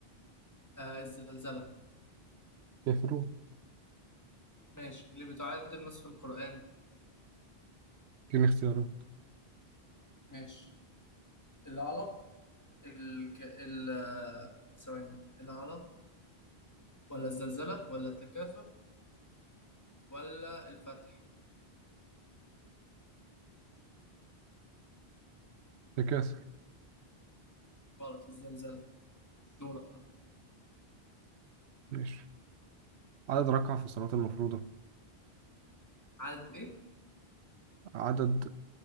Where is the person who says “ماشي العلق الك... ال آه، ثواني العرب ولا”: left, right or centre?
Left